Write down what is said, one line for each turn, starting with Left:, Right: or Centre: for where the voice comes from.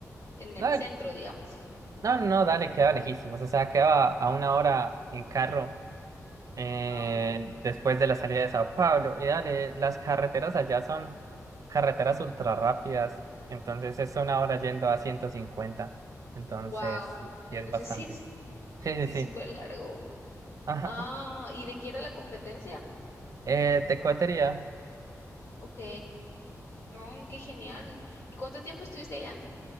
Left: en el
Right: No,
Left: centro, digamos.
Right: No, no, no, dale, quedaba lejísimos. O sea, quedaba a una hora en carro eh,
Left: Ah,
Right: después de la salida de Sao Paulo. Y dale, las carreteras allá son carreteras ultra rápidas. Entonces es una hora yendo a 150. Entonces,
Left: wow. Entonces
Right: y es bastante.
Left: <laughs> sí es,
Right: Sí,
Left: sí
Right: sí, sí.
Left: es súper largo.
Right: <laughs> Ajá.
Left: Ah, ¿y de qué era la competencia?
Right: Eh, de cohetería,
Left: Ok. Oh, qué genial. ¿Y cuánto tiempo estuviste allá?